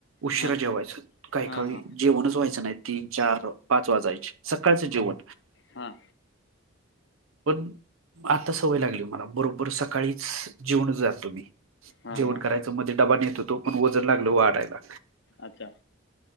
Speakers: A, on the right; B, on the left.
A: उशिरा
B: हां
A: जेवायच काही
B: हां
A: काळी
B: हां
A: जेवणच व्हायचं नाही. तीन, चार, पाच वाजायचे सकाळचं जेवण.
B: हा.
A: पण आता सवय लागली मला बरोबर सकाळीच जेवूनच जातो मी.
B: हां
A: जेवण
B: हां
A: करायचं
B: हां
A: म्हणजे डबा नेत होतो पण वजन लागलं
B: हां
A: वाढायला.
B: अच्छा